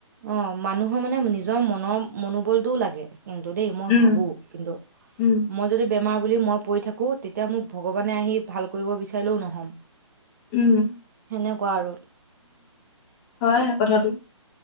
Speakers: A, on the right; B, on the left.
A: অ' মানুহৰ মানে নিজৰ মনৰ মনোবলটোও লাগে। কিন্তু দেই মই
B: উম
A: ভাবো, কিন্তু
B: উম
A: মই যদি বেমাৰ বুলি মই। পৰি থাকো, তেতিয়া মোক ভগৱানে আহি ভাল কৰিব বিচাৰিলেও নহ'ম।
B: উম।
A: সেনেকুৱা আৰু।
B: হয় কথাটো